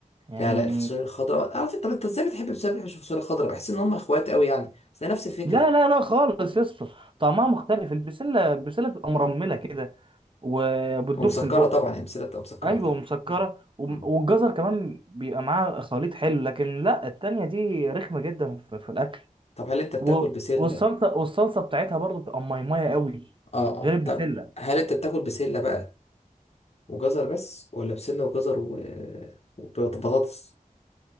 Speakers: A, on the right (about 35°); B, on the left (about 50°).
A: يعني
B: لا لا الفاصوليا الخضراء عارف انت طب انت ازاي بتحب ازاي ما بتحبش الفاصوليا الخضراء بحس ان هم اخوات قوي يعني بس ده نفس الفكره
A: لا لا لا خالص يا اسطى طعمها مختلف البسلة البسلة بتبقى مرملة كده وبتدوب
B: ومسكره
A: في البق
B: طبعا هي بسله بتبقى مسكره
A: ايوه
B: اكتر
A: ومسكرة
B: م.
A: وم-
B: م.
A: والجزر كمان بيبقى معاها خليط حلو لكن لا التانية دي رخمة جدا في في الأكل
B: طب هل انت بتاكل
A: و-
B: بسله
A: والصلصه والصلصه بتاعتها برضو بتبقى ميميه قوي
B: اه
A: غير
B: اه
A: البسله
B: طب هل انت بتاكل بسلة بقى وجزر بس ولا بسلة وجزر و... وبطاطس